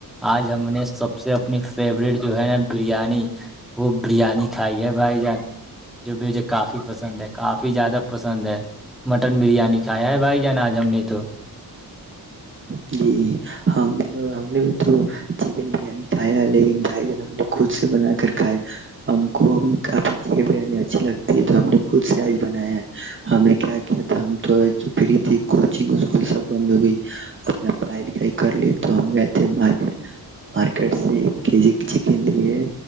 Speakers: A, in the centre; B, on the right.
A: آج ہم نے سب سے اپنی فیورورٹ جو ہے نا بریانی وہ بریانی کھائی ہے بھائی جان جو بھی مجھے کافی پسند ہے کافی زیادہ پسند ہے مٹن بریانی چھیا ہے بھائی جانا آج ہم نے تو
B: جی ہم بھی ہم نے بھی تو چکن بریانی کھایا ہے لیکن بھائی جان ہم نے خود سے بنا کر کھاائے ہم کوب کافی چکن بریانی اچھی لگتی ہے تو ہم نے خود سے آج بنایا ہے ہمیں کیا کیا تھا ہم تو فری تے کوچنگ اسکول سب بند ہو گئی اپنا پڑھائی لکھائی کر لی تو ہم گئے تھے مارکیٹ مارکیٹ سے ایک کے جی چکن لی